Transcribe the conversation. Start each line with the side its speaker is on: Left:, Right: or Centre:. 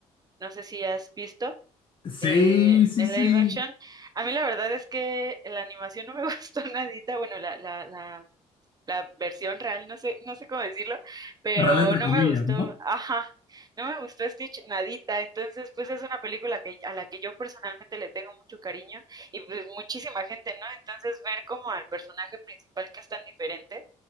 Right: no sé si has visto.
Left: Sí,
Right: eh,
Left: sí,
Right: en
Left: sí,
Right: live action. A mí la verdad es que la animación no me <laughs> gustó nadita, bueno, la, la, la la versión real, no sé, no sé cómo decirlo, pero
Left: real entre
Right: no
Left: comillas,
Right: me gustó,
Left: ¿no?
Right: ajá, no me gustó Stitch nadita, entonces pues es una película que, a la que yo personalmente le tengo mucho cariño y pues muchísima gente, ¿no? Entonces ver como al personaje principal que es tan diferente,